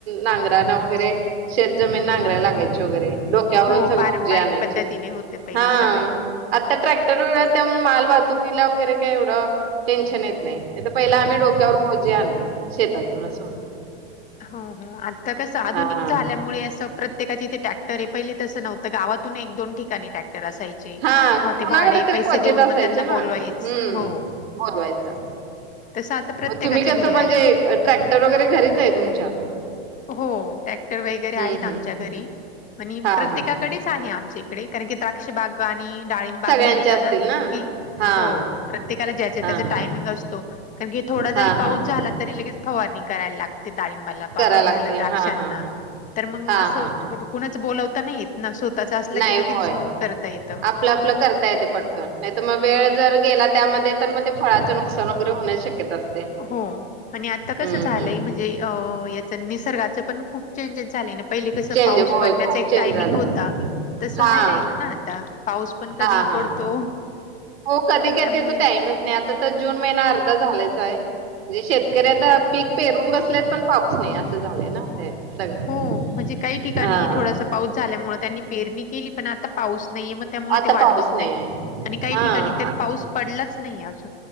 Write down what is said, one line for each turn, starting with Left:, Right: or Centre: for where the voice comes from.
Right: नांगरा न वगैरे शेत जमीन नांगरा लागायची वगैरे डोक्यावरून
Left: हो
Right: सगळं
Left: पारंपरिक
Right: ओझे आणायचे
Left: पद्धतीने होते पहिले
Right: हा
Left: सगळे
Right: आता ट्रॅक्टर वगैरे आहे त्यामुळे व मालवाहतुकीला वगैरे काही एवढं टेन्शन येत नाही. नाही तर पहिल आम्ही डोक्या वरून ओझे आणायचे. शेतातून असं होत.
Left: हो हो आता कसं आधुनिक
Right: हा.
Left: झाल्यामुळे असं प्रत्येकाचे इथे ट्रॅक्टर आहे पहिले तसं नव्हतं गावातून एक दोन ठिकाणी ट्रॅक्टर असायचे.
Right: हा
Left: मग
Right: कुणाकडे
Left: ते भाडे,
Right: तरी
Left: पैसे
Right: क्वचेित
Left: देऊन
Right: असायचे
Left: मग त्यांना
Right: ना
Left: बोलवायच
Right: हम्
Left: हो.
Right: बोलवायचा
Left: तसं आता प्रत्येकाच्या
Right: म तुम्ही कसं
Left: घरी
Right: म्हणजे
Left: आहे.
Right: ट्रॅक्टर वगैरे घरीच आहे तुमच्या?
Left: हो टॅक्टर वगैरे
Right: हं,
Left: आहेत आमच्या
Right: हं.
Left: घरी आणि
Right: हां,
Left: प्रत्येकाकडेच
Right: हां.
Left: आहे आमच्या इकडे. कारण की द्राक्ष बाग आणि डाळिंब बाग
Right: सगळ्यांचे
Left: म्हटलं
Right: असतील
Left: ना की
Right: हां.
Left: हो प्रत्येकाला ज्या त्या
Right: हां, हां.
Left: टायमिंग असतो कारण की थोडा
Right: हां,
Left: जरी पाऊस
Right: हां, हां.
Left: झाला तरी लगेच फवानि. करायाला लागत ते डाळिंबाला
Right: करावं लागते.
Left: झालं द्राक्षांना
Right: हां, हां, हां.
Left: तर मग
Right: हां,
Left: असं
Right: हां, हां.
Left: कुणीच बोलावता नाही येत ना स्वतःच असलं
Right: नाही
Left: की लगेच
Right: होय.
Left: मग करता येत
Right: आपलं आपलं करता येते पटकन. नाहीतर मग वेळ जर गेला त्यामध्ये तर मग ते फळाचं नुकसान वगैरे होण्याची शक्यता असते.
Left: हो आणि आता कस
Right: हं,
Left: झालंय
Right: हं.
Left: म्हणजे अ निसर्गाच पण खूप चेंजेस झाले ना पहिले कस
Right: चेंज
Left: पाऊस
Right: होय
Left: पडण्याचा
Right: खूप
Left: एक
Right: चेंज
Left: टायमिंग
Right: झालं.
Left: होता तसं
Right: हां.
Left: नाही राहिलं ना आता पाऊस पण कधी
Right: हां, हां.
Left: पडतो
Right: हो कधी काय
Left: त्यामुळे
Right: त्याचा टाइमच नाही आता आता तर जून महिना अर्धा झालायचा आहे म्हणजे शेतकरी आता पीक पेरून बसलेत पण पाऊस नाही असं झालेय ना ते सगळं
Left: हो म्हणजे काही ठिकाणी
Right: हा
Left: थोडासा पाऊस झाल्यामुळे त्यांनी पेरणी केली पण आता पाऊस नाही मग त्यामुळे
Right: आता
Left: ते वाट
Right: पाऊस
Left: बघत
Right: नाही
Left: आहेत आणि काही
Right: हा
Left: ठिकाणी तर पाऊस पडलाच नाही अजून